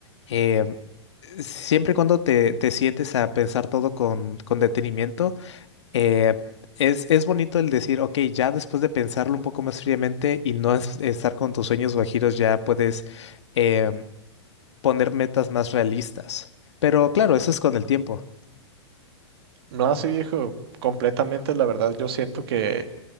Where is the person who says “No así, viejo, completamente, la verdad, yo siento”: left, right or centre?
Right